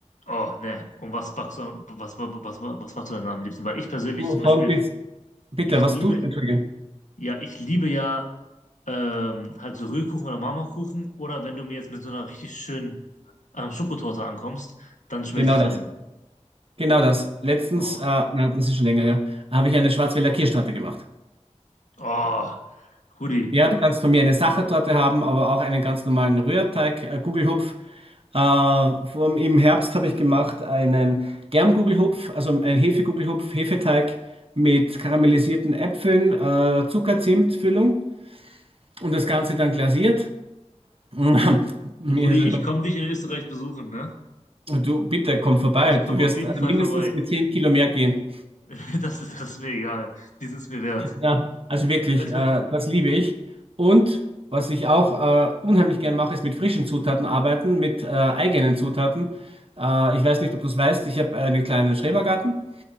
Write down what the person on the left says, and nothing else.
Oh, ne. Und was backst du, am- was, was, was, was backst du denn am liebsten? Weil ich persönlich
zum
Beispiel,
ich
liebe,
ja, ich liebe ja ähm, halt so Rührkuchen oder Marmorkuchen. Oder wenn du mir jetzt mit so einer richtig schönen ähm, Schokotorte ankommst, dann schmelze
ich
dahin.
Oh,
oh, Rudi.
Rudi,
ich komme dich in Österreich besuchen, ne?
Ich
komme
auf jeden
Fall
vorbei.
<laughs> Das ist, das ist mir egal. Die sind es mir wert. <laughs>
Das ist
mir-